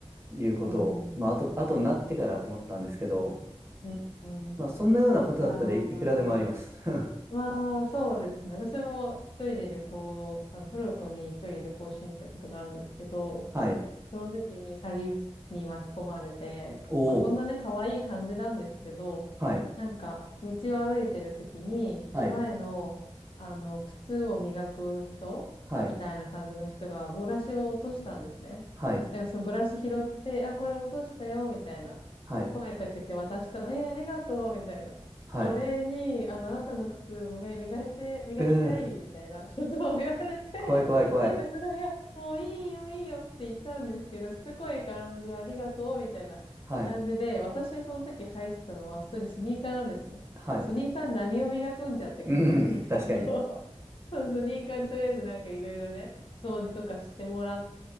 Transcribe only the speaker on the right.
いうことを、
まあ、後、後になってから思ったんですけど、
まあ、そんなようなことだったらい、
いくらでもあります。<laughs>
はい。
おお。
はい。
はい。
はい。
はい。
はい。
はい。
うー、
怖い怖い怖い。
はい。
はい。
うん、<laughs> 確かに。